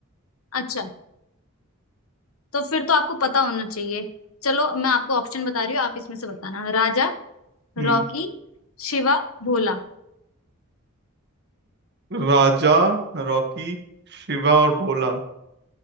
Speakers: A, on the left (about 80°); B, on the right (about 50°).
A: अच्छा तो फिर तो आपको पता होना चाहिए चलो मैं आपको ऑप्शन बता रही हूँ आप इसमें से बताना राजा
B: हम्म
A: रॉकी शिवा भोला
B: राजा रॉकी शिवा और भोला